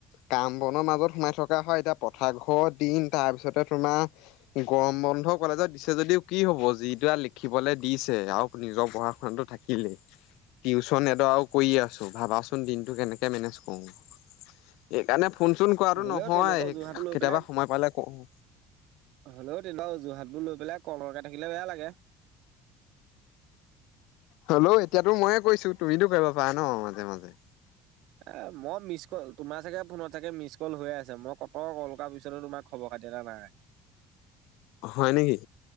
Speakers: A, on the left; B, on the right.
A: কাম বনৰ মাজত সোমাই থকা হয় এতিয়া পথাৰ ঘৰ দিন তাৰপিছতে তোমা- গৰম বন্ধ কলেজত দিছে যদিও কি হ'ব, যিটো আৰু লিখিবলৈ দিছে আৰু নিজৰ পঢ়া শুনাটো থাক- কিলেই। টিউচন এডৱাও কৰি আছো, ভাবাচোন দিনটো কেনেকে মেনেজ- ক‌ওঁ, সেকাৰণে ফোন চোন কৱাটো
B: হ'লেও
A: নহয়,
B: তেনেকুৱা অজুহাতো
A: কেতিয়াবা
B: লৈ পেলাই
A: সময় পালে ক‌ওঁ।
B: হ'লেও তেও বাও যোৰহাটবোৰ লৈ পেলাই কলৰকে থাকিলে বেয়া লাগে।
A: হলেও এতিয়াতো ময়ে কৰিছো, তুমিটো কৰিব পাৰা ন মাজে মাজে।
B: এ মই মিছ কল তোমাৰ চাগে ফোনত চাগে মিছ কল হৈয়ে আছে মই কত কল কৰাৰ পিছতো তোমাক খবৰ খাতি এটা নাই।
A: হয় নেকি?